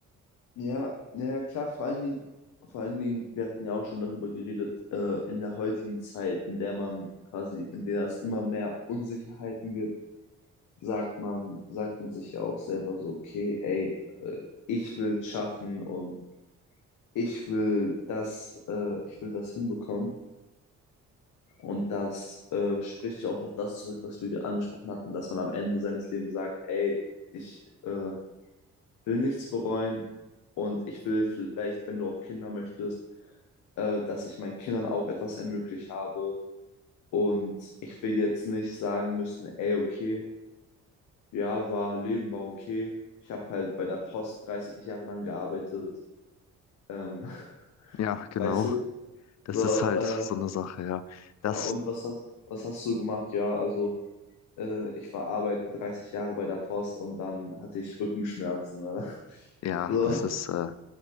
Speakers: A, on the left; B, on the left.
A: ja, ja, klar, vor allen Dingen, vor allen Dingen, wir hatten ja auch schon darüber geredet, äh, in der heutigen Zeit, in der man quasi, in der es immer mehr Unsicherheiten gibt, sagt man, sagt man sich ja auch selber so, okay, ey, äh, ich will schaffen und ich will das, äh, ich will das hinbekommen. Und das äh, spricht ja auch auf das zurück, was wir ge- angesprochen hatten, dass man am Ende seines Lebens sagt, ey, ich äh, will nichts bereuen und ich will vielleicht, wenn du auch Kinder möchtest, äh, dass ich meinen Kindern auch etwas ermöglicht habe. Und ich will jetzt nicht sagen müssen, ey, okay, ja, war, Leben war okay. Ich habe halt bei der Post 30 Jahre lang gearbeitet. Ähm, <laughs>
B: Ja, genau.
A: weißt du?
B: Das
A: So,
B: ist halt
A: äh,
B: so eine Sache, ja. Das,
A: ja, und was hast, was hast du gemacht? Ja, also Äh, ich war arbeiten 30 Jahre bei der Post und dann hatte ich Rückenschmerzen. Ne? <laughs>
B: ja,
A: So,
B: das ist äh,